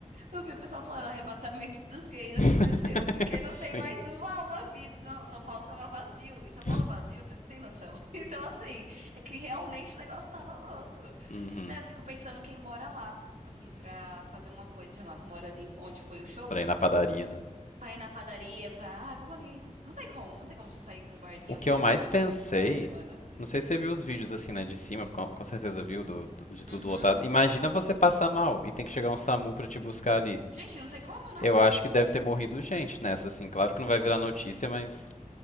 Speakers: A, on the right (about 80°); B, on the left (about 70°).
A: Eu vi o pessoal falando, arrebatamento dos gays
B: <laughs>
A: aconteceu, porque não tem
B: Sim.
A: mais uma alma viva. Não, São Paulo tava vazio, e São Paulo
B: <laughs>
A: vazio, você não tem noção. <laughs> Então, assim, é que realmente o negócio tava louco.
B: uhum.
A: Né, eu fico pensando quem mora lá, tipo assim, pra fazer uma coisa, sei lá, mora ali onde foi o show,
B: Pra ir na padaria, né?
A: pra ir na padaria, pra, ah, vamos ali. Não tem como, não tem como você sair pra um barzinho,
B: O que
A: alguma
B: eu mais
A: coisa naquele
B: pensei,
A: final de semana.
B: não sei se você viu os vídeos assim, né, de cima, com, com certeza viu, do- do- de tudo
A: Uhum.
B: lotado. Imagina você passar mal e tem que chegar um SAMU pra te buscar ali.
A: Gente, não tem como, né?
B: Eu acho que deve ter morrido gente nessa, assim. Claro que não vai virar notícia, mas